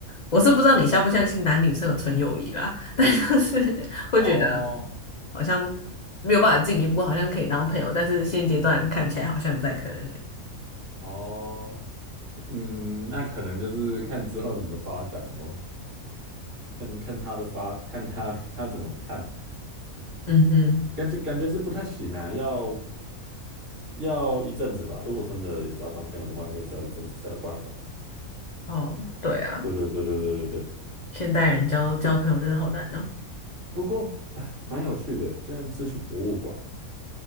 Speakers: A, on the left; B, on the right.
A: 我是不知道你相不相信男女生有纯友谊啦，但就是 <laughs> 会觉得
B: 哦。
A: 好像没有办法进一步，好像可以当朋友，但是现阶段看起来好像不太可能的
B: 哦，嗯，那可能就是看之后你们的发展咯，看看他的发，看他 <laughs> 他怎么看，
A: 嗯哼，
B: 感觉感觉是不太行啊，要要一阵子吧。如果真的也是要当朋友的话，应该也是要一阵子才有办法。
A: 哦，对啊，
B: 对对对对对对对。
A: 现代人交交朋友真的好难哦。
B: 不过 <laughs> 蛮有趣的，居然是去博物馆。